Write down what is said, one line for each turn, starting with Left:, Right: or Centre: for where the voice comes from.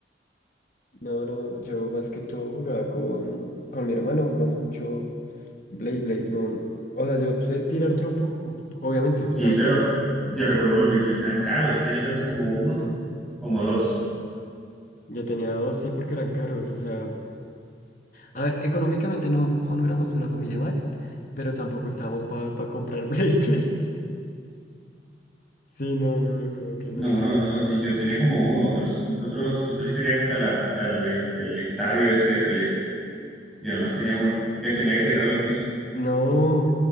Left: No, no, yo más que todo jugaba con, con mi hermano, jugamos mucho Blade Blade. No, o sea, yo sé tirar trompo, obviamente. O
Centre: Y,
Left: sea,
Centre: pero yo recuerdo que los Beyblades eran caros, yo tenía apenas como uno,
Left: no,
Centre: como dos.
Left: yo tenía dos, sí, porque eran caros. O sea, a ver, económicamente no, no éramos una familia mal, pero tampoco estábamos para comprar <laughs> Blade Blades. Sí, no, no, como que
Centre: No,
Left: no,
Centre: no, no,
Left: no se
Centre: sí,
Left: justificaba.
Centre: yo tenía como uno, otros, otros, otros tenían hasta, la, hasta la- el, el estadio ese de peleas. Yo nada más tenía uno, que tenía que tirarlo al piso,
Left: No,